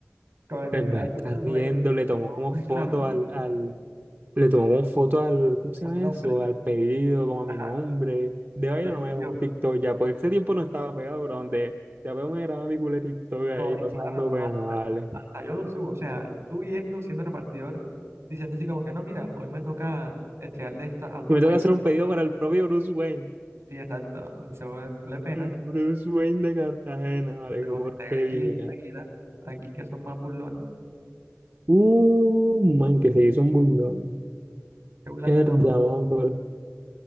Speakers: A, on the right (about 80°); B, on the right (about 50°).
A: con el
B: El
A: millonario
B: man está
A: Bruce
B: riendo,
A: Wayne.
B: le tomó
A: No,
B: como
A: pues
B: foto
A: claro,
B: al, al, le tomó como foto al, ¿cómo se
A: al
B: llama
A: nombre.
B: eso? Al pedido, como a
A: Ajá,
B: mi nombre. De vaina
A: lo
B: no me grabó
A: subió.
B: un TikTok ya, porque ese tiempo no estaba pegado, pero donde ya veo me grababa mi culo de TikTok ahí
A: No, es
B: pasando
A: claro, no,
B: pena,
A: hasta,
B: vale.
A: hasta yo lo subo. O sea, tú yendo, siendo repartidor, diciendo así como que no, mira, hoy me toca entregarle esto a Bruce
B: Me toca
A: Wayne.
B: hacer un pedido para el propio Bruce Wayne.
A: Sí, exacto. Eso es le pena.
B: El Bruce Wayne de Cartagena, vale,
A: Pero
B: qué porquería.
A: que están aquí enseguida, aquí que son más burlones,
B: Uh, man, que se hizo un burlón.
A: que burlan
B: Herda,
A: de todo.
B: man, pero